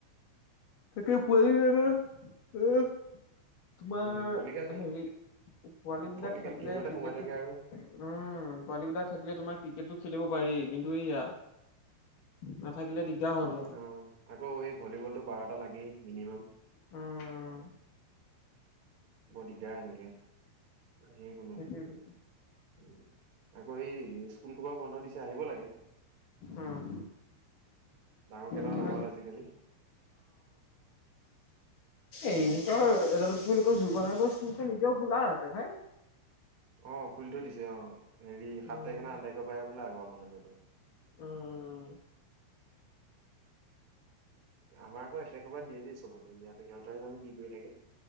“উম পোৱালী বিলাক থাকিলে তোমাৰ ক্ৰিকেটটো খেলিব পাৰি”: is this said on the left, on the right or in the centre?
Left